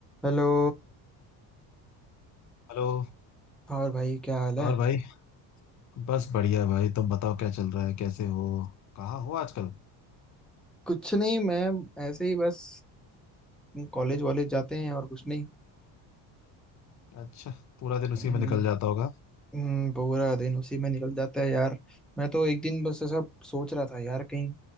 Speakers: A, in the centre; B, on the left.
A: Hello
B: हेलो
A: और भाई क्या हाल
B: और
A: है
B: भाई बस बढ़िया भाई तुम बताओ क्या चल रहा है कैसे हो कहाँ हो आजकल
A: कुछ नहीं मैं ऐसे ही बस कॉलेज वॉलेज जाते हैं और कुछ नहीं
B: अच्छा पूरा दिन उसी
A: हम्म,
B: में निकल जाता होगा
A: हम्म, पूरा दिन उसी में निकल जाता है यार मैं तो एक दिन बस ऐसा सोच रहा था यार कहीं